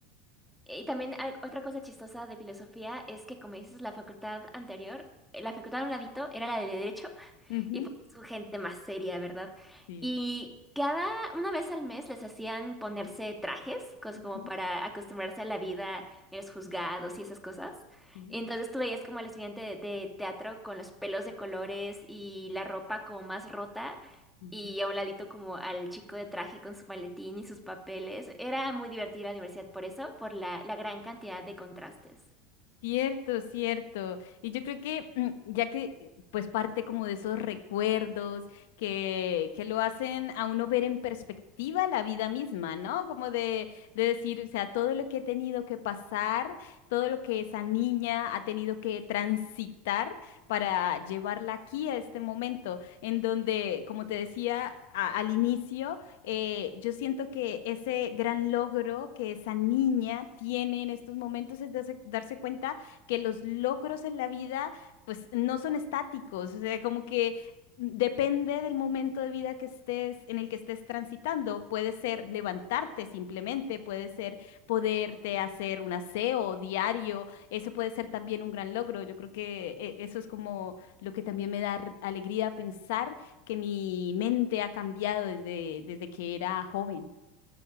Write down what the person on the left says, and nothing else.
Ujú,
Sí.
ujú,
sí.
ujú.
Cierto, cierto. Y yo creo que mm, ya que eh, pues parte como de esos recuerdos que, que lo hacen a uno ver en perspectiva la vida misma, ¿no? Como de, de decir, o sea, todo lo que he tenido que pasar, todo lo que esa niña ha tenido que transitar para llevarla aquí a este momento, en donde, como te decía a- al inicio, eh, yo siento que ese gran logro que esa niña tiene en estos momentos es darse, darse cuenta que los logros en la vida pues no son estáticos, o sea, como que depende del momento de vida que estés, en el que estés transitando. Puede ser levantarte simplemente, puede ser poderte hacer un aseo diario, eso puede ser también un gran logro. Yo creo que eh, eso es como lo que también me da r- alegría pensar que mi mente ha cambiado desde, desde que era joven.